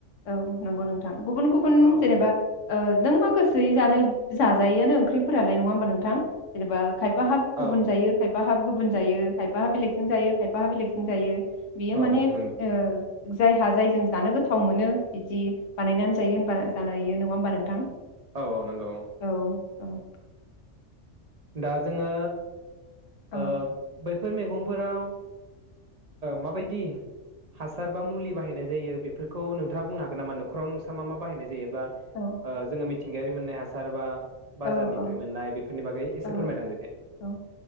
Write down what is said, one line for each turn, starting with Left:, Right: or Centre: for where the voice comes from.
Left: औ नंगौ नोंथां गुबुन- गुबुन
Right: औ
Left: जेनेबा नों मा गोसोयै जानो जाजायोआ नो ओंख्रिफोरालाय नङा होमबा नोंथां जेनेबा खायफा खायफा हाब
Right: औ
Left: गुबुन जायो खायफा हाब गुबुन जायो खायफा हा बेलेग जों जायो खायफाहा बेलेगसिजों जायो बियो
Right: औ
Left: माने ओ
Right: नंगौ
Left: जायहा जायजों जानो गोथाव मोनो बिदि बानायनानै जायो होनबा जानायो नङा होमबा नोंथां
Right: औ औ नंगौ
Left: औ औ
Right: दा जोङो
Left: औ
Right: ओ बै बेफोर मैगंफोराव माबायदि हासार बा मुलि बाहायनाय जायो बेफोरखौ नोंथाङा बुंनो हागोन नामा नखराव नोंस्रा मा मा बाहायनाय जायो <unintelligible>
Left: औ
Right: ओ जोङो मि थिंगायारि मोननाय हासार बा
Left: औ
Right: बाजारनिफ्राय
Left: औ
Right: मोननाय बेफोरनि बागै एसे
Left: औ
Right: फोरमायना होदो दे
Left: औ